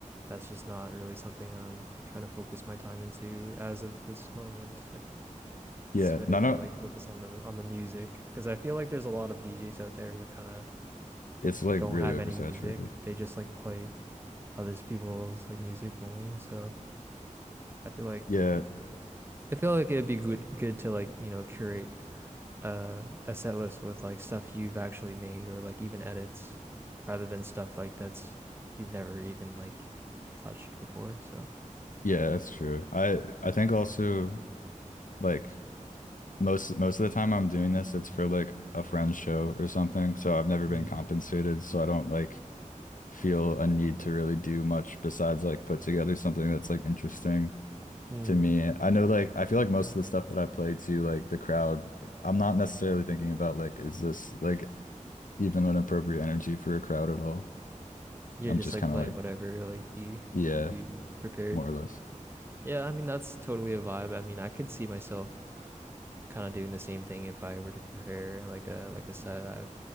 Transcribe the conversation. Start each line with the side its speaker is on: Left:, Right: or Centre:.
Right: that's just not really something I'm trying to focus my time into as of this moment, I think.
Left: Yeah,
Right: It's better
Left: no
Right: to
Left: no
Right: like focus on the on the music because I feel like there's a lot of DJs out there who kind of
Left: it's like
Right: don't
Left: really
Right: have
Left: oversaturated.
Right: any music. They just like play other people's like music only. So I feel like
Left: Yeah,
Right: I feel like it'd be good good to like, you know, curate uh, a set list with like stuff you've actually made or like even edits rather than stuff like that's you've never even like touched before. So
Left: Yeah, that's true. I I think also like most most of the time I'm doing this, it's for like a friend's show or something. So I've never
Right: Mm.
Left: been compensated, so I don't like feel a need to really do much besides like put together something that's like interesting
Right: Mm.
Left: to me. I know like I feel like most of the stuff that I play to like the crowd, I'm not necessarily thinking about like is this like even an appropriate energy for a crowd at all.
Right: You're
Left: I'm
Right: just
Left: just
Right: like
Left: kind
Right: playing
Left: of like,
Right: whatever like you
Left: yeah,
Right: you prepared.
Left: more or less.
Right: Yeah, I mean that's totally a vibe. I mean, I could see myself kind of doing the same thing if I were to prepare like a like a set.